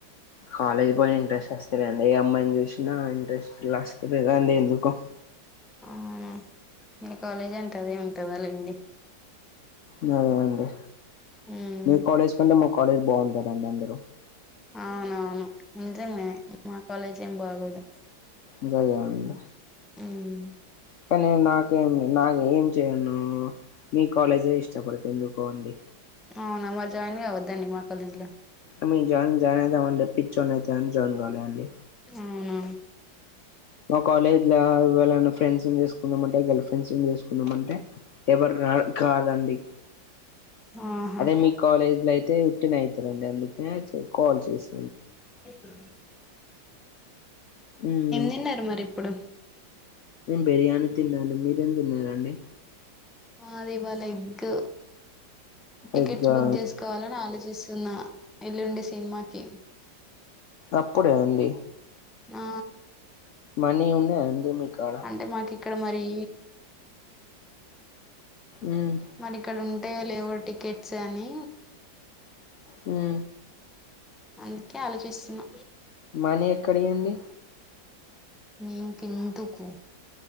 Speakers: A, on the left (about 75°); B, in the centre.
A: కాలేజ్ పోయే ఇంట్రెస్ట్ వస్తలేదు ఏ అమ్మాయిని చూసినా ఇంట్రెస్ట్ లస్తలేదు అండి ఎందుకో
B: ఆ మీ కాలేజ్ అంటాది ఉంటదిలేండి
A: లేదు అండి
B: ఉమ్
A: మీ కాలేజ్ కంటే మా కాలేజ్ బాగుంటరండి అందరు
B: అవునవును ఇంతే మరి మా కాలేజ్ ఏం బాగోదు
A: ఇంకా లేవండి
B: హ్మ్
A: కానీ నాకేం లే నాకు ఏం చెయ్యను మీ కాలేజే ఇష్టపడితా ఎందుకో అండి.
B: అవునా, మంచిగ అయిందిగా వద్దండి మా కాలేజీ లో
A: ఐ మీన్ జాయిన్ జాయిన్ అయిదామంటే పిచ్చోన్ని అయితాఅని జాయిన్గా లేదండి.
B: అవునా?
A: మా కాలేజ్ లో ఎవ్లన్న ఫ్రెండ్స్ ను చేసుకుందామంటే, గర్ల్ ఫ్రెండ్స్ ను చేసుకుందామంటే ఎవరు రారు. కాదండి
B: <unintelligible> ఆహా
A: అదే మీ కాలేజీ లో అయితే ఉట్టిన అవుతారండి. అందుకే కాల్ చేసి
B: అ <unintelligible>
A: మ్
B: తిన్నారు మరి ఇప్పుడు
A: బిర్యానీ తిన్నానండి. మీరేం తిన్నారండి.
B: మాది ఇవ్వాల ఎగ్. టికెట్స్
A: ఎగ్
B: బుక్
A: ఆ
B: చేసుకోవాలని ఆలోచి స్తున్నా ఎల్లుండి సినిమాకి.
A: అప్పుడే ఉండి
B: ఆ
A: మనీ ఉందా అండి మీ కాడ?
B: అంటే మాకు ఇక్కడ మర్రి.
A: మ్మ్
B: మరి ఇక్కడ ఉంటే, లేవు టికెట్స్ అని
A: మ్
B: అందుకే ఆలోచిస్తున్నా
A: మనీ ఎక్కడ వండి?
B: నీ కెందుకు